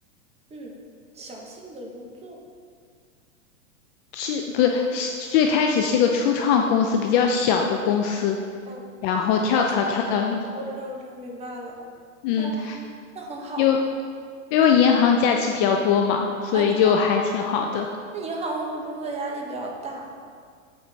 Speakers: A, on the right; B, on the left.
A: 嗯，小信的工作，
B: 是不是是最开始是一个初创公司，比较小的公司，
A: 嗯，
B: 然后跳槽跳到了。
A: 哦小信的工作哦，k 我才明白了，
B: 嗯，
A: 哦，那很好。
B: 因为因为银行假期比较多嘛，所以就还挺好的。
A: 啊，知道那银行会不会工作压力比较大？